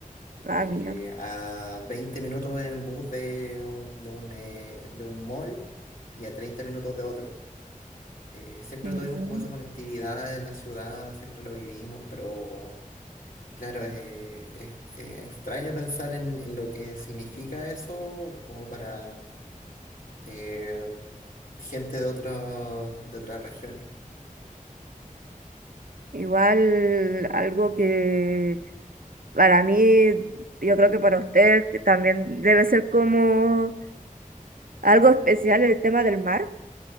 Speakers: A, on the right; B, on the left.
A: Ah,
B: y
A: mira.
B: a 20 minutos en bus de, un- de, un, eh, de un mall y a 30 minutos de otro. Eh, siempre
A: Mm.
B: tuvimos como esa conectividad en la ciudad, siempre lo vivimos, pero claro, es, eh, es- es extraño pensar en, en lo que significa eso como para eh, gente de otros, de otras regiones.
A: Igual algo que para mí, yo creo que para usted que también debe ser como algo especial el tema del mar.